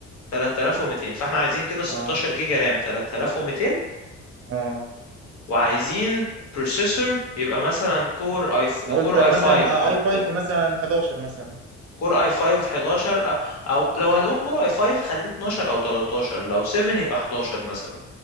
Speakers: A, on the left; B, on the right.
A: 3200 فاحنا عايزين كده 16
B: اه
A: جيجا رام 3200
B: اه
A: وعايزين بروسيسور يبقى مثلا كور اي
B: قلت
A: كور
B: مثلا
A: اي 5
B: آه
A: او
B: اي 5 مثلا 11 مثلا
A: كور اي 5 11 أ- او لو هنقول كور اي 5 خليه 12 او 13 لو 7 يبقى 11 مثلا